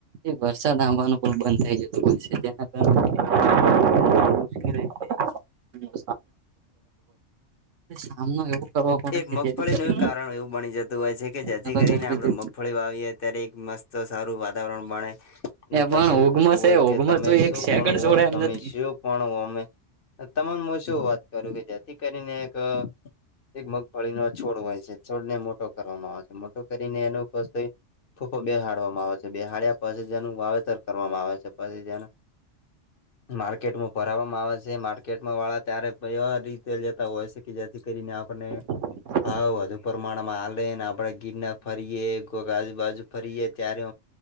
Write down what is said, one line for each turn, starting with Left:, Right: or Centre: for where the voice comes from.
Right: એ વરસાદ આવવાનું પણ બંધ થઈ જતું હોય છે જેના કારણે સામનો એવું કરવા
Left: એક
Right: પડે. કે
Left: મગફળીનું
Right: જેથી કરી
Left: કારણ એવું બની જતું હોય છે કે જેથી
Right: અલગ
Left: કરીને
Right: જ રીતે
Left: આપણે મગફળી વાવીએ. અત્યારે એક મસ્ત સારું વાતાવરણ બણે. અનેને
Right: એ
Left: પછી
Right: પણ
Left: એવું
Right: ઓગમસ
Left: થતું હોય
Right: એ
Left: કે
Right: ઓગમસ
Left: તમે
Right: તો
Left: શું
Right: એક સેકન્ડ
Left: પણ હો
Right: છોડે એમ
Left: તમે
Right: નથી
Left: શું પણ અમે તમામ શું વાત કરું કે જેથી કરીને એક એક મગફળીનો છોડ હોય છે છોડ ને મોટો કરવામાં આવે છે મોટો કરીને એનો પછી <unintelligible> બેહાડવામાં આવે છે બેહાડ્યા પછી જેનું વાવેતર કરવામાં આવે છે પછી જેનું માર્કેટમાં ભરાવામાં આવે છે માર્કેટમાં વાળા ત્યારે કવા રીતે લેતા હોય છે કે જેથી કરીને આપને.
Right: <inaudible>
Left: ભાવ વધુ પ્રમાણમાં હાલે ને આપણેે ગીરના ફરીએે કોઈક આજુબાજુ ફરીએે ત્યારે